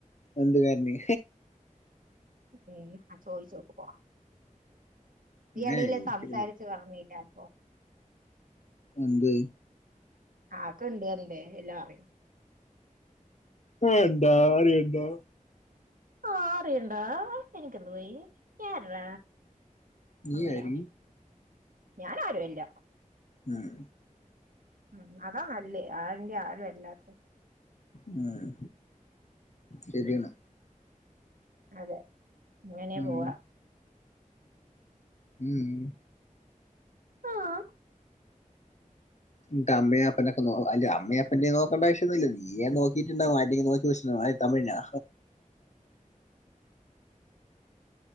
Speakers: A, on the left; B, on the right.
A: എന്ത് കരഞ്ഞ്?
B: ഉം ആഹ് ചോയിച്ചോക്ക് പോ
A: പിന്നെ
B: ഈ എടേല്
A: എനിക്ക്
B: സംസാരിച്ചു. പറഞ്ഞില്ലാ, അപ്പൊ.
A: എന്ത്?
B: ആക്കണ്ട് പറഞ്ഞിട്ട് ണ്ടെ, എല്ലാം അറിയാം.
A: ആഹ് എന്താ അറിയന്താ.
B: ആഹ് അറിയണ്ടാ. എനിക്കെന്തു പോയി. ഞാൻല്ല
A: നീ
B: ഒന്നുല്ല
A: ആരി
B: ഞാന് ആരുഅല്ല.
A: ഉം
B: ഉം, അതാ നല്ലേ ആരിന്റെ ആരു അല്ലാത്ത്
A: ഉം ശെരിയണ്
B: ഉം അതെ, ഇങ്ങനേ
A: ഉം,
B: പോവാ.
A: ഉം
B: ആഹ്.
A: നിന്റെ അമ്മയെ അപ്പനെക്കെ നോ. അല്ലാ അമ്മയപ്പെന്റെ നോക്കണ്ടാവശ്യമൊന്നുല്ല. നീയേ നോക്കിട്ടുണ്ടാവും. ആരുടേലും നോക്കി വെച്ചിട്ടുണ്ടാവും. ആഹ് തമിഴിനോ?